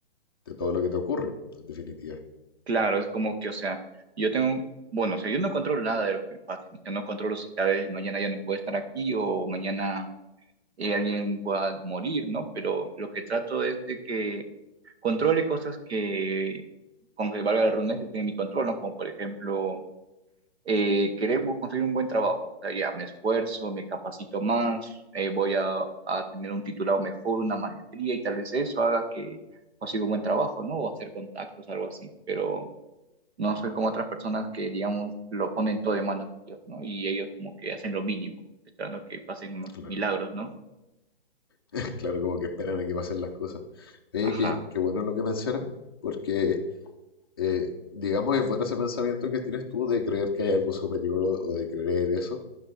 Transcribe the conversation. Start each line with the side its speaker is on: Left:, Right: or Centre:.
Left: de todo lo que te ocurre, en definitiva.
Right: Claro, es como que, o sea, yo tengo, bueno, o sea, yo no controlo nada de lo que me pase, o sea, no controlo si tal vez mañana ya no puedo estar aquí o mañana eh, alguien pueda morir, ¿no? Pero lo que trato es de que controle cosas que, con que valga la redundancia, estén en mi control, ¿no? Como por ejemplo eh, querer bu- conseguir un buen trabajo. O sea, ya me esfuerzo, me capacito más, eh, voy a, a tener un titulado mejor, una maestría y tal vez eso haga que consiga un buen trabajo, ¿no? O hacer contactos, algo así. Pero no soy como otras personas que, digamos, lo ponen todo de manos de Dios, ¿no? Y ellos como que hacen lo mínimo, esperando que pasen
Left: Claro,
Right: milagros, ¿no?
Left: <laughs> claro, como que esperan a que pasen las cosas. Oye,
Right: Ajá,
Left: qué, qué bueno lo que mencionas, porque eh, digamos es bueno ese pensamiento que tienes tú de creer que hay algo superior o, o de creer eso.